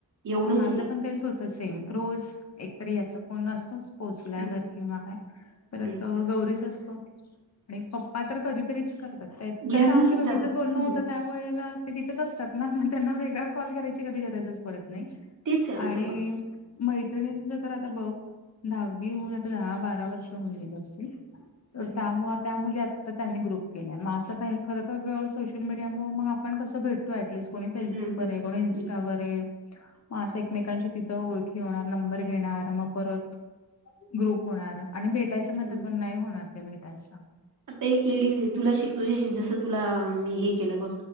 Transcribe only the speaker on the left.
माझं
पण तेच होत. त सेम रोज एकतरी याचा फोन असतोच पोचल्यावर
किंवा परत
अ गौरीचा असतो आणि पप्पा तर कधीतरीच कर तात, कसं
आमच्या
दोघींचच
बोलणं होतं त्या वेळेला ते तिथेच असतात. ना, मग त्यांना वेगळा कॉल करायची कधी गरजच पडत नाही
आणि
मैत्रिणींच तर आता बघ, दहावी होउन आता दहा बारा वर्ष होऊन गेलं असतील. अ
त्या मग त्या मुली आता त्यांनी ग्रुप केलाय, मग असं काय खरं तर सोशल मीडियामुळं मग आपण कसं भेटतो स कोणीे फेसबुकवर
आहे कोणी इंस्
वरे मग असं एकमेकांची तिथं ओळखी होणार, नंबर घेणार मग परत ग्रुप होणार आणि भेटायचं म्हणतात
पण नाही होणार ते भेटायचं.